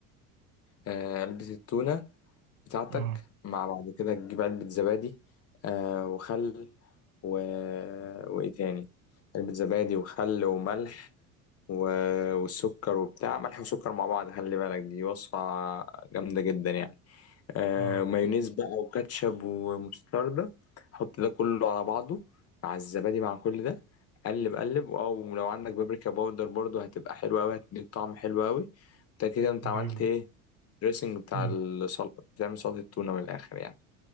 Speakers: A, on the left; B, on the right.
A: آه علبه التونه بتاعتك
B: اه
A: مع بعد كده تجيب علبه زبادي آه وخل و... وايه تاني علبه زبادي وخل وملح و- والسكر وبتاع ملح وسكر مع بعض خلي بالك دي وصفة جامدة جدا يعني آه
B: اه
A: مايونيز بقى وكاتشب ومستردة حط ده كله على بعضه مع الزبادي مع كل ده قلب قلب او لو عندك بابريكا باودر برضو هتبقى حلوة قوي هتديك طعم حلو قوي انت كده انت
B: جامد
A: عملت ايه الدريسنج بتاع
B: مم.
A: السلطة بتعمل سلطة التونة من الاخر يعني